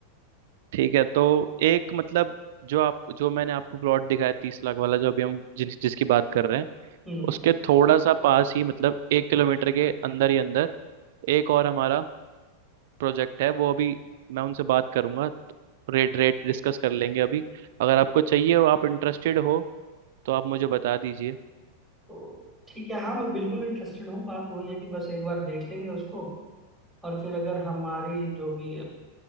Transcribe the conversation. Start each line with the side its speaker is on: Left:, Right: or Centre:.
Right: ठीक है तो एक मतलब जो आप जो मैंने आपको प्लॉट दिखाया तीस लाख वाला जो अभी हम जिन, जिसकी बात कर रहे हैं
Centre: हम्म
Right: उसके थोड़ा सा पास ही मतलब एक किलोमीटर के अंदर ही अंदर एक और हमारा प्रोजेक्ट है वो अभी मैं उनसे बात करूंगा रेट रेट डिस्कस कर लेंगे अभी अगर आपको चाहिए और आप इंटरेस्टेड हो तो आप मुझे बता दीजिए
Centre: तो ठीक है हाँ मैं बिल्कुल इंटरेस्टेड हूँ बात वही है कि बस एक बार देख लेंगे उसको और फिर अगर हमारी जो भी